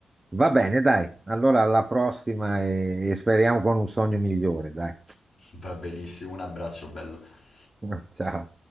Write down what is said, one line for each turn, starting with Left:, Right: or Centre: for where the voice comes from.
Right: Va bene, dai. Allora, alla prossima e e speriamo con un sogno migliore, dai.
Left: Va benissimo, un abbraccio bello.
Right: <laughs> Ciao.